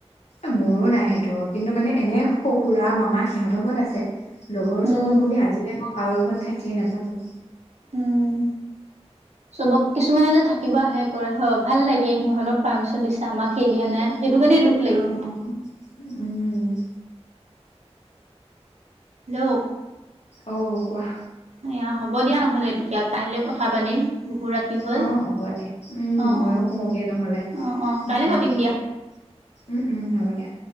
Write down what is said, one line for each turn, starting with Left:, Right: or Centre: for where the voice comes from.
Left: মোৰো নাই সেইটো কিন্তু মানে এনে খৰো খুৰা মামা সিহঁতৰ ঘৰত আছে। লগৰ
Right: উম
Left: চগৰ বুলি আজিলে মই কাৰো ঘৰত থাকিয়ে নোপালো।
Right: উম। চবক কিছুমানে যে থাকিব আহে কৰে হয় ভাল লাগে সিহঁতক পাৰ্মিছন দিছে আমাক সেই দিয়া নাই সেইটো কাৰণে দুখ লাগি
Left: অ',
Right: হেল্ল'
Left: উম।
Right: ধেও।
Left: অ', কোৱা।
Right: এয়া হ'ব দিয়া নহ'লে এতিয়া, কাইলে কথা পাতিম বহু ৰাতি হ'ল
Left: অ' হ'ব দে, উম,
Right: অ
Left: ময়ো
Right: অ
Left: শুমগে নহ'লে,
Right: অ অ
Left: উম,
Right: কাইলৈ পাতিম
Left: হ'ব দিয়া। উম, উম, হ'ব দিয়া।